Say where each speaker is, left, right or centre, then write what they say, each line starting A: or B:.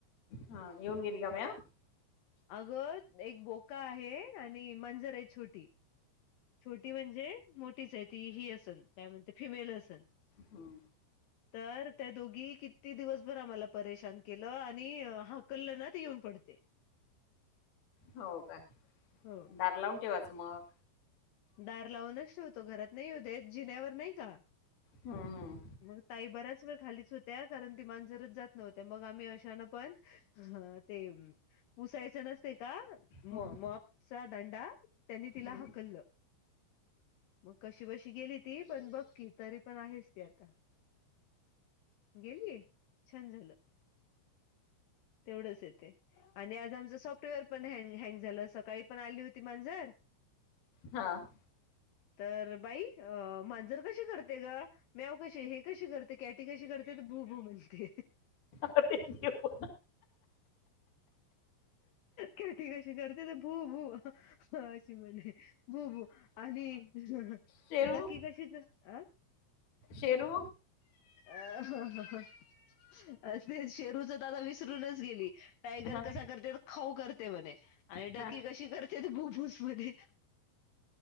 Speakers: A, on the left (about 60°); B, on the left (about 75°).
A: हा येऊन गेली का म्याव?
B: अगं एक बोका आहे आणि एक मांजर हाय छोटी. छोटी म्हणजे मोठीच आहे ती ही असन काय म्हणते फिमेल असन.
A: हं.
B: हम तर त्या दोघी किती दिवसभर आम्हाला परेशान केलं आणि हाकललं ना तर येऊन पडते.
A: हो का.
B: हो.
A: दार लावून ठेवायचं मग.
B: दार लावूनच ठेवतो, घरात नाही येऊ देत. जिण्यावर नाही का
A: हं.
B: मग ताई बऱ्याच वेळ खालीच होत्या, कारण ती मांजरच जात नव्हते, मग आम्ही अशान पण ह ह ते पुसायचं नस ते का
A: हम्म
B: म मॉपचा दांडा त्यांनी तिला
A: हम्म
B: हकललं. मग कशी बशी गेली ती, पण बघकी तरी पण आहेच ते आता. गेली छान झालं. तेवढंच येते. आणि आज आमचं सॉफ्टवेअर पण हँ हँग झालं, सकाळी पण आली होती मांजर.
A: हां.
B: तर बाई अ मांजर कशी करते गं? म्याव कसे हे कशी कर ते कॅटी कशी करते? तर भू भू म्हणते.
A: <unintelligible>
B: कॅटी कशी करते? तर भू भू अशी म्हणे. भू भू आणि <unintelligible>
A: शेरू
B: डकी कशी कर आं.
A: शेरू.
B: <unintelligible> शेरूच तर आता विसरूनच गेली. टायगर
A: हा
B: कसा करते? तर खाऊ करते म्हणे. आणि
A: हा
B: डकी कशी करते? तर भूबूस म्हणे.